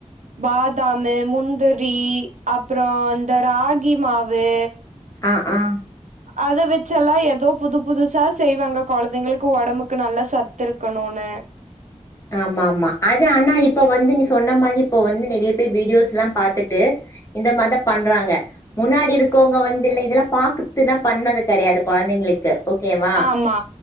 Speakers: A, on the right (about 85°); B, on the left (about 25°).
A: பாதாமு முந்திரி அப்றோ இந்த ராகி மாவு
B: ஆ ஆ
A: அத வச்செல்லா ஏதோ புது புதுசா செய்வாங்க கொழந்தைங்களுக்கு ஒடம்புக்கு நல்லா சத்து இருக்கணூன்னு
B: ஆமா ஆமா அது ஆனா இப்ப வந்து நீ சொன்ன மாரி இப்ப வந்து நிறைய பேர் வீடியோஸ்லா பாத்துட்டு இந்த மாரிதா பண்றாங்க முன்னாடி இருக்கோவுங்க வந்து இல்ல இதெல்லாப் பாக்குத்துதா பண்ணது கெடையாது கொழந்தைங்களுக்கு ஓகேவா
A: ஆமா